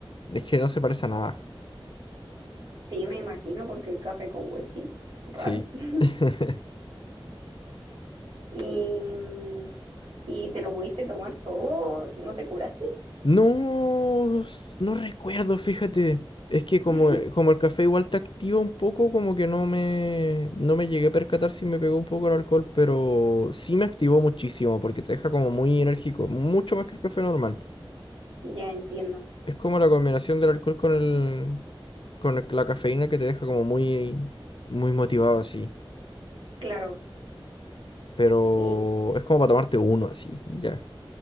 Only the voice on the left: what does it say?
es que no se parece a nada.
Sí.
<laughs>
No, s- no recuerdo, fíjate. Es que como,
eh, como el café igual te activa un poco, como que no me, no me llegué a percatar si me pegó un poco el alcohol, pero sí me activó muchísimo porque te deja como muy enérgico, mucho más que el café normal.
Es como la combinación del alcohol con el, con el- la cafeína que te deja como muy, muy motivado así.
Pero
es como para tomarte uno así y ya.